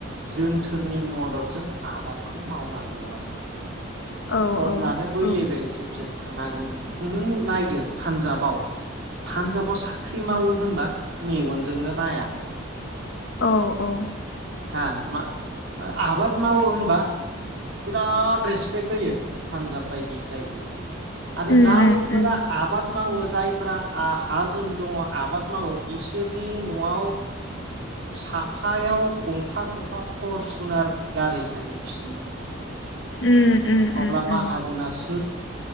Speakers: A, on the right; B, on the left.
A: जोनथोरनि मददजों आबादखौ मावनांगौ आरो।
B: औ
A: अब्लानो
B: औ
A: लेभेलसिम
B: औ
A: जा नों थांनो हागोन नों नायदो पान्जाबाव पान्जाबाव साख्रि मावो होनबा मेगनजोंनो नाया।
B: औ औ
A: हा मा मा आबाद मावो होनबा बिराद रेसपेक्ट होयो पानजाब बायदि जायगायाव। आरो
B: उम
A: जायफोरा
B: उम उम
A: आबाद मावो जायफ्रा आ हा जोम दङ आबाद मावो बिसोरनि न'आव साफायाव गंफा गंफा फु फरसुनार गारि थायो बिसिनियाव।
B: उम उम
A: अब्ला
B: उम
A: माहाजोना
B: उम
A: सोर